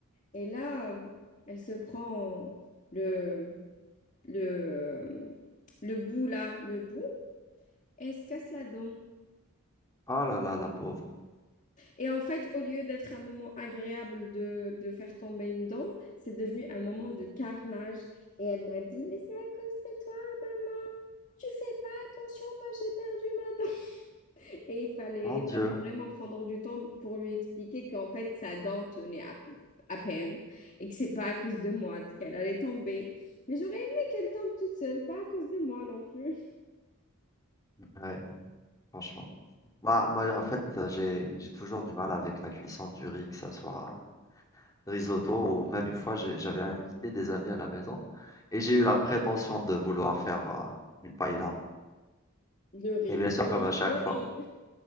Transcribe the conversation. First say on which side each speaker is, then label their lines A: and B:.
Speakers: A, on the left; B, on the left.
A: Et là, euh, elle se prend le, le, euh, le bout là, le bout, et elle se casse la dent.
B: Oh là là, la pauvre.
A: Et en fait, au lieu d'être un moment agréable de, de faire tomber une dent, c'est devenu un moment de carnage. Et elle m'a dit, mais c'est à cause de toi, maman. Tu fais pas attention, moi j'ai perdu ma dent. Et il fallait,
B: Mon
A: il
B: Dieu.
A: fallait vraiment prendre du temps pour lui expliquer qu'en fait, sa dent tenait à, peu- à peine et que c'est pas à cause de moi qu'elle allait tomber. Mais j'aurais aimé qu'elle tombe toute seule, pas à cause de moi non plus.
B: Ouais, franchement. Bah, moi, en fait, j'ai, j'ai toujours du mal avec la cuisson du riz, que ça soit. risotto, ou même une fois, j'ai- j'avais invité des amis à la maison et j'ai eu la prétention de vouloir faire euh, une paella.
A: Le riz,
B: Et bien sûr,
A: le
B: comme
A: riz,
B: à chaque
A: le
B: fois.
A: riz.